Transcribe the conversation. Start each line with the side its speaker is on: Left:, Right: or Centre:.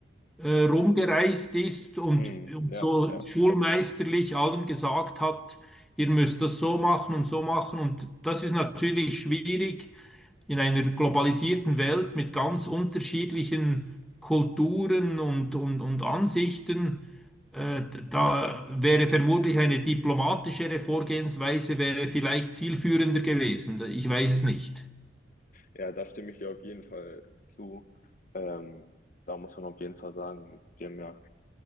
Centre: äh, rumgereist ist und,
Left: mm,
Centre: und
Left: ja,
Centre: so
Left: ja.
Centre: schulmeisterlich allen gesagt hat, ihr müsst das so machen und so machen. Und das ist natürlich schwierig in einer globalisierten Welt mit ganz unterschiedlichen Kulturen und, und, und Ansichten. Äh, Da wäre vermutlich eine diplomatischere Vorgehensweise wäre vielleicht zielführender gewesen. Ich weiß es nicht.
Left: Ja, da stimme ich dir auf jeden Fall zu. Ähm, da muss man auf jeden Fall sagen, wir haben ja